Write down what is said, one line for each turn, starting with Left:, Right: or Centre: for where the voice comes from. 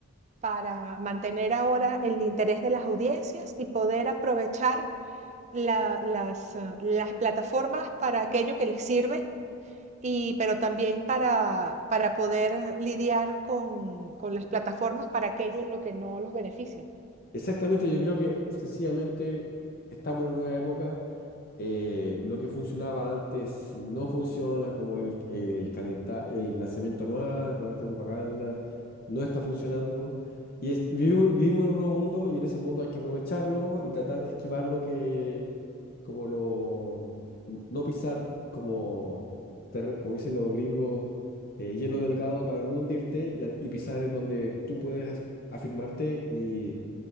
Right: para mantener ahora el interés de las audiencias y poder aprovechar la- las, eh, las plataformas para aquello que les sirven, y, pero también para, para poder lidiar con, con las plataformas para aquello en lo que no los benefician.
Left: Exactamente, yo creo que sencillamente estamos en una nueva época, eh, lo que funcionaba antes no funciona, como el, el calenta- el lanzamiento anual con alta propaganda, no está funcionando. Y es- vivi- vivimos, en un nuevo mundo y en ese mundo hay que aprovecharlo y tratar de esquivar lo que, como lo, no pisar como, terre- como dicen los gringos, eh, hielo delgado para no hundirte y, a- y pisar en donde tú puedes afirmarte y,